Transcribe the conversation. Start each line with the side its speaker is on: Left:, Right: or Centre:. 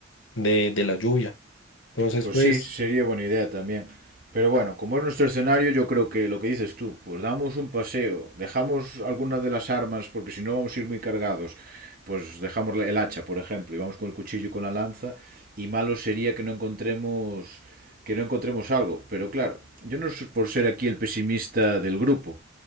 Left: de, de la lluvia. Entonces,
Right: Pues
Left: pues,
Right: sí, sería buena idea también. Pero bueno, como es nuestro escenario, yo creo que lo que dices tú, pues damos un paseo, dejamos alguna de las armas, porque si no vamos a ir muy cargados, pues dejamos el hacha, por ejemplo, y vamos con el cuchillo y con la lanza, y malo sería que no encontremos que no encontremos algo. Pero claro, yo no soy por ser aquí el pesimista del grupo,